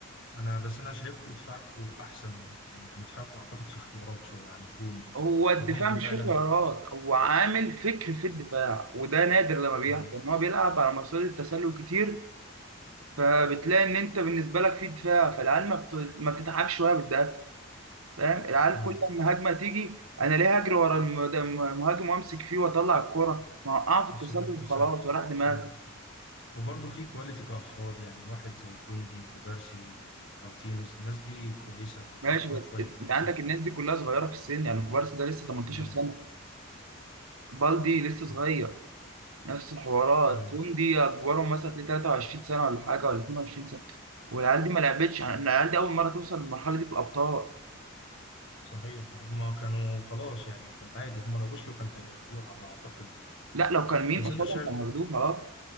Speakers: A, on the left; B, on the right.
A: انا بس انا شايفكم دفاعكم احسن من الهجوم يعني دفاعكم اعتقد فيه خيارات شويه عن الهجوم
B: هو الدفاع
A: هجومكم
B: مش
A: فعلا
B: فيه قرارات هو عامل فكر في الدفاع وده نادر لما بيحصل
A: امم
B: ان هو بيلعب على مصيدة التسلل كتير فبتلاقي ان انت بالنسبه لك في دفاع فالعيال ما بت... ما بتتعبش وهي بتدافع فاهم العيال
A: امم
B: كل ما هجمه تيجي انا ليه هجري ورا المد- المهاجم وامسك فيه واطلع الكرة ما اوقعه في
A: قصة
B: التسلل
A: التسلل
B: وخلاص وراح دماغي
A: امم وبرضه في كواليتي كافراد يعني واحد زي كوندي وكوبارسي ومارتينيز الناس دي كويسه
B: ماشي
A: كافراد
B: بس
A: كواليتي
B: انت
A: نفسها
B: عندك الناس دي كلها صغيره في السن يعني كوبارسي ده لسه 18
A: مم.
B: سنه بالدي لسه صغير
A: مم.
B: نفس الحوارات
A: أي
B: تون دي اكبرهم مثلا تلاقيه 23 سنه ولا حاجه ولا 22 سنه والعيال دي ما لعبتش يعني إن العيال دي اول مره توصل للمرحله دي في الابطال
A: صحيح هم كانوا خلاص يعني كان عادي هم لو وصلوا كانوا هياخدوها أنا أعتقد يعني
B: لا لو كان مين
A: بس
B: قصادهم
A: أنت شايف
B: كانوا هياخدوها اه